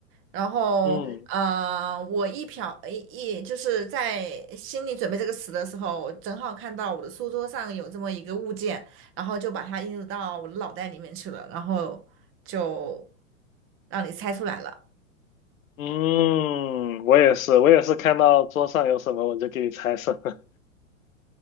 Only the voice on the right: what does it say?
然后，
呃，我一瞟一一就是在心里准备这个词的时候，我正好看到我的书桌上有这么一个物件，然后就把它映入到我的脑袋里面去了，然后就让你猜出来了。